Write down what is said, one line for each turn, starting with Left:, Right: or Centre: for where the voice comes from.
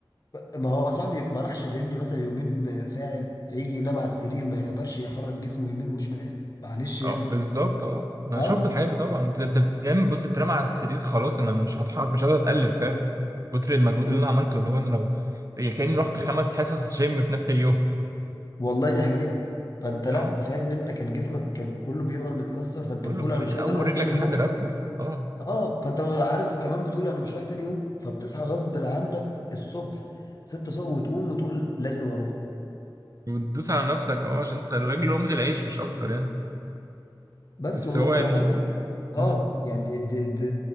Left: ما هو صاحبي ما راحش فاهمني مثلا يومين فاعل فيجي ينام على السرير ما يقدرش يحرك جسمه يمين وشمال معلش يعني
Right: اه بالظبط اه انا
Left: اه
Right: شفت الحاجات دي طبعا انت انت بتنام بص تترمى على السرير خلاص انا مش هتحرك مش قادر اتقلب فعلا كتر المجهود
Left: وال-
Right: اللي انا عملته اللي هو انا لو يعني كاني رحت خمس حصص جيم في نفس اليوم
Left: والله دي حقيقه فانت لا
Right: اه
Left: فاهم انت كان جسمك كان كله بيبقى متكسر فانت
Right: كله
Left: بتقول
Right: من
Left: انا مش
Right: اول
Left: قادر اروح
Right: رجلك
Left: تاني
Right: لحد
Left: يوم
Right: رقبتك اه
Left: اه فانت عارف كمان بتقول انا مش رايح تاني يوم فبتصحى غصب عنك الصبح 6 الصبح وتقوم وتقول لازم اروح
Right: وتدوس على نفسك اه عشان انت الراجل لقمة العيش مش اكتر يعني
Left: بس
Right: بس
Left: والله
Right: هو
Left: فانا
Right: يعني
Left: بقول لك اه
Right: مم.
Left: يعني ده ده